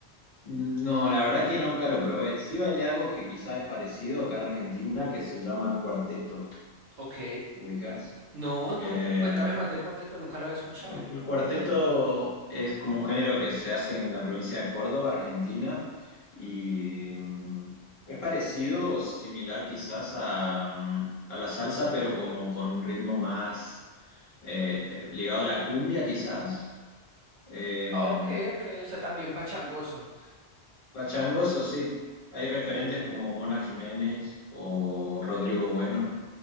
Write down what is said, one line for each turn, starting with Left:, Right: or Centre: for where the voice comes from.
Left: no, la verdad que nunca lo probé. Sí bailé algo que quizás es parecido acá en Argentina, que se llama cuarteto,
Right: Ok.
Left: ¿ubicas?
Right: No,
Left: Eh,
Right: no, cuéntame más del cuarteto, nunca lo había escuchado.
Left: el cuarteto es como un género que se hace en la provincia de Córdoba, Argentina, y mm, es parecido o similar quizás a, mm, a la salsa, pero como con un ritmo más... eh, ligado a la cumbia quizás. Eh,
Right: Ah, Ok, ok, o sea, también pachangoso.
Left: pachangos, o sí. Hay referentes como Mona Jiménez o Rodrigo Bueno.